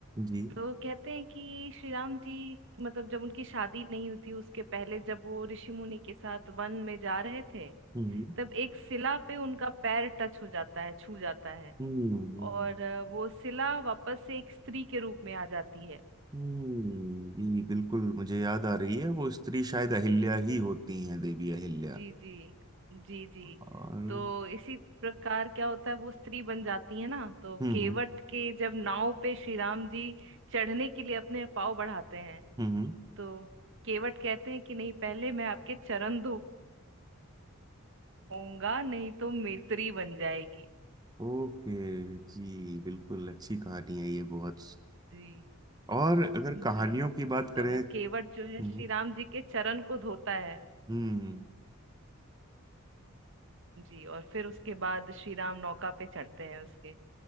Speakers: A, on the right; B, on the right.
A: जी
B: तो कहते हैं कि श्री राम जी मतलब जब उनकी शादी नहीं हुई थी उसके पहले जब वो ऋषि मुनि के साथ वन में जा रहे थे
A: हम्म
B: तब एक शिला पे उनका पैर टच हो जाता है छू जाता है
A: हम्म हम्म
B: और अ, वो शिला वापस से एक स्त्री के रूप में आ जाती
A: हम्म, जी बिल्कुल मुझे याद आ रही है वो स्त्री शायद अहिल्या
B: है
A: ही होती हैं देवी अहिल्या
B: जी जी जी जी
A: और हम्म
B: तो इसी प्रकार क्या होता है वो स्त्री बन जाती है ना तो
A: हम्म
B: केवट के जब नाव पे श्री राम जी चढ़ने के लिए अपने पाँव बढ़ाते हैं
A: हम्म हम्म।
B: तो केवट कहते हैं कि नहीं पहले मैं आपके चरण धोऊंगा नहीं तो मेरी स्त्री बन जाएगी
A: ओके जी बिल्कुल अच्छी कहानी है ये बहुत
B: जी
A: और अगर
B: जी
A: कहानियों की बात
B: तो
A: करें
B: वो केवट जो
A: हम्म
B: है श्री राम जी के चरण को धोता है
A: हम्म
B: जी और फिर उसके बाद श्री राम नौका पे चढ़ते हैं उसके